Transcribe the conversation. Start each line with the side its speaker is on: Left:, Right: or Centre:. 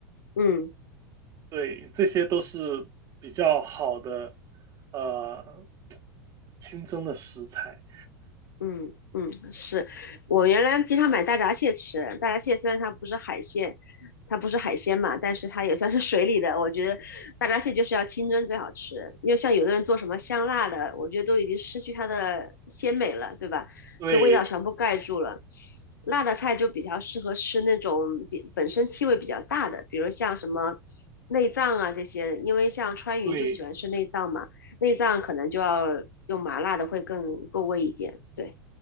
Left: 嗯。
Right: 对，这些都是比较好的，呃，新增的食材。
Left: 嗯嗯，是我原来经常买大闸蟹吃。大闸蟹虽然它不是海鲜，它不是海鲜嘛，但是它也算是水里的。我觉得大闸蟹就是要清蒸最好吃，因为像有的人做什么香辣的，我觉得都已经失去它的鲜美了，对吧？
Right: 对，
Left: 就味道全部盖住了。辣的菜就比较适合吃那种比本身气味比较大的，比如像什么内脏啊这些，因为像川渝就喜欢吃内脏嘛，
Right: 对，
Left: 内脏可能就要用麻辣的会更够味一点，对。